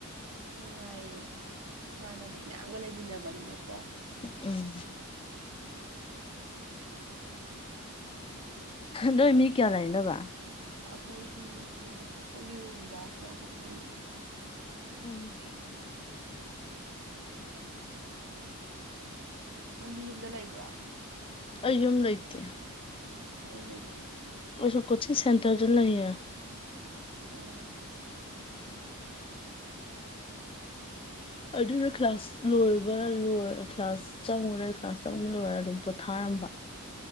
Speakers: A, on the right (about 85°); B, on the left (about 25°).
A: ꯅꯨꯡꯉꯥꯏꯌꯦ ꯏꯃꯥꯟꯅꯕꯤ ꯃꯌꯥꯝꯒ ꯂꯩꯃꯤꯟꯅꯕꯅꯤꯅꯀꯣ
B: ꯎꯝ ꯅꯣꯏ ꯃꯤ ꯀꯌꯥ ꯂꯩꯔꯤꯅꯕ
A: ꯑꯩꯈꯣꯏꯒꯤ ꯎ ꯑꯩꯈꯣꯏꯒꯤ ꯔꯨꯝꯗ ꯑꯩꯈꯣꯏ ꯑꯍꯨꯝ ꯂꯩꯌꯦ
B: ꯎꯝ
A: ꯅꯪꯗꯤ ꯌꯨꯝꯗ ꯂꯩꯕ꯭ꯔꯣ
B: ꯑꯩ ꯌꯨꯝ ꯂꯩꯇꯦ
A: ꯀꯥꯏ ꯂꯩꯕꯤꯔꯣ
B: ꯑꯩꯁꯨ ꯀꯣꯆꯤꯡ ꯁꯦꯟꯇꯔꯗ ꯂꯩꯌꯦ
A: ꯑꯣ
B: ꯑꯗꯨꯅ ꯀ꯭ꯂꯥꯁ ꯂꯣꯏꯕ ꯂꯣꯏ ꯀ꯭ꯂꯥꯁ ꯆꯪꯉꯨꯔꯦ ꯀ꯭ꯂꯥꯁ ꯆꯪꯉ ꯂꯣꯏꯔꯦ ꯑꯗꯨꯝ ꯄꯣꯊꯥꯔ ꯏꯝꯕ